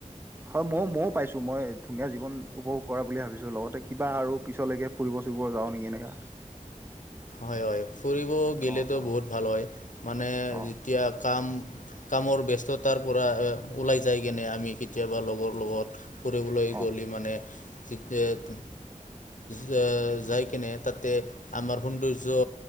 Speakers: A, on the right; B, on the left.
A: হয় ময়ো ময়ো পাইছোঁ, মই ধুনীয়া জীৱন উপভোগ কৰা বুলি ভাবিছো লগতে কিবা আৰু পিছলৈকে ফুৰিব চুৰিব যাওঁ নেকি এনেকা।
B: হয় হয়, ফুৰিব গেলেতো
A: অ অ
B: বহুত ভাল হয়, মানে
A: অ
B: যেতিয়া কাম কামৰ ব্যস্ততাৰ পৰা ওলাই যায় কেনে আমি কেতিয়াবা লগৰ লগত ফুৰিবলৈ
A: অ
B: গ'লি মানে যিতেত যা যাই কেনে, তাতে আমাৰ সৌন্দৰ্য